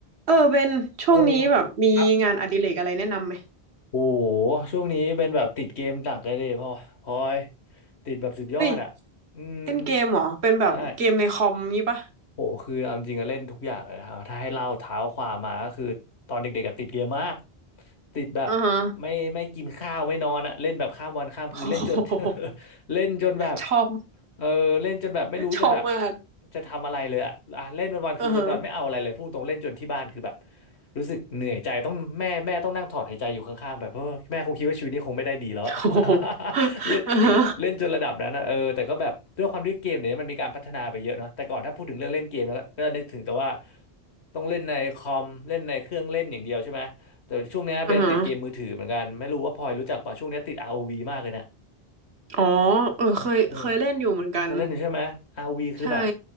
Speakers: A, on the right; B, on the left.
A: เออเป็นช่วงนี้แบบมีงานอดิเรกอะไรแนะนำไหม
B: เออครับโอ้โหช่วงนี้เป็นแบบติดเกมหนักเลยดิพ่อพลอยติดแบบสุดยอดอ่ะอืม
A: เฮ้ยเล่นเกมเหรอเป็นแบบเกมในคอมงี้ปะ
B: ใช่โหคือเอาจริงๆอเล่นทุกอย่างเลยนะครับถ้าให้เล่าเท้าความมาก็คือตอนเด็กๆอะติดเกมมากติดแบบ
A: อ่าฮะ
B: ไม่ไม่กินข้าวไม่นอนอ่ะเล่นแบบข้ามวันข้ามคืนเล่นจน
A: <laughs> โอ้
B: <laughs>
A: โห
B: เล่นจนแบบ
A: ชอบ
B: เออเล่นจนแบบไม่รู้จะแบบ
A: ชอบมาก
B: จะทำอะไรเลยอะอ่ะเล่นวันวันคือวันวันไม่เอาอะไรเลยพุ่งตรงเล่นจนที่บ้านคือแบบ
A: อ่าฮะ
B: รู้สึกเหนื่อยใจต้องแม่แม่ต้องนั่งถอดหายใจอยู่ข้างๆแบบเออแม่คงคิดว่าชีวิตนี้คงไม่ได้ดีแล้วอะ
A: <laughs> โอ้โห
B: <laughs> เล่นเล่นเล่นจนระดับนั้นนะเออแต่ก็แบบด้วยความที่เกมเนี่ยมันมีการพัฒนาไปเยอะเนาะแต่ก่อนถ้าพูดถึงเรื่องเล่นเกมแล้วก็ก็นึกถึงแต่ว่า
A: อ่าฮะ
B: ต้องเล่นในคอมเล่นในเครื่องเล่นอย่างเดียวใช่ไหมแต่ช่วงเนี้ยเบนติดเกมมือถือเหมือนกันไม่รู้ว่าพลอยรู้จักป่ะช่วงเนี้ยติด
A: อ่าฮะ
B: ROV มากเลยนะ
A: อ๋อเออเคยเคยเล่นอยู่เหมือนกัน
B: เออก็เล่นอยู่ใช่ไหม RV คือแบบ
A: ใช่